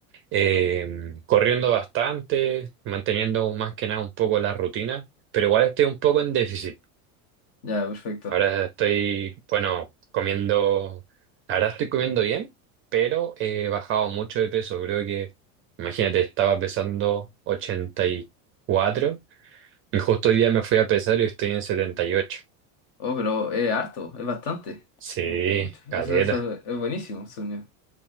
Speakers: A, on the right; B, on the left.
A: eh, mm, corriendo bastante, manteniendo más que nada un poco la rutina, pero igual estoy un poco en déficit.
B: Ya, perfecto.
A: Ahora estoy, bueno, comiendo, ahora estoy comiendo bien, pero he bajado mucho de peso. Creo que, imagínate, estaba pesando ochenta y cuatro y justo hoy día me fui a pesar y estoy en setenta y ocho
B: Oh, pero es harto, es bastante.
A: Sí,
B: Mm, Es mucho.
A: caleta.
B: Eso, eso es buenísimo, según yo.